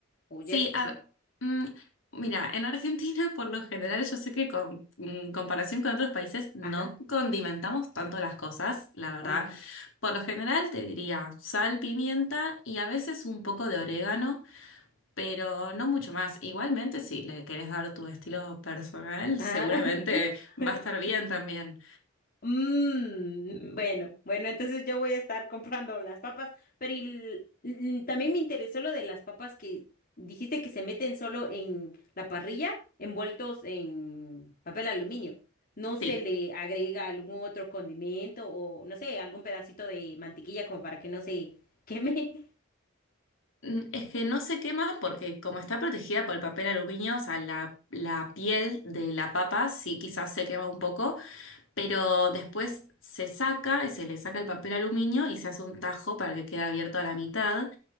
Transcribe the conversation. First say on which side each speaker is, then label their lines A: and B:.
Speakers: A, on the left (about 45°); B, on the left (about 70°).
A: o
B: Sí,
A: ya es suficiente.
B: a- mm, mira, en Argentina por lo general yo sé que con en comparación con otros países no
A: Ajá,
B: condimentamos tanto las cosas, la verdad.
A: ok.
B: Por lo general te diría sal, pimienta y a veces un poco de orégano, pero no mucho más. Igualmente, si le querés dar tu estilo personal,
A: Ajá.
B: seguramente
A: <laughs>
B: va a estar bien también.
A: Mm, bueno, bueno, entonces yo voy a estar comprando las papas, pero y l- l- también me interesó lo de las papas que dijiste que se meten solo en la parrilla, envueltos en papel aluminio. ¿No se
B: Sí.
A: le agrega algún otro condimento o, no sé, algún pedacito de mantequilla como para que no se queme?
B: Mm, Es que no se quema porque como está protegida por el papel aluminio, o sea, la, la piel de la papa sí quizás se quema un poco, pero después se saca y se le saca el papel aluminio y se hace un tajo para que quede abierto a la mitad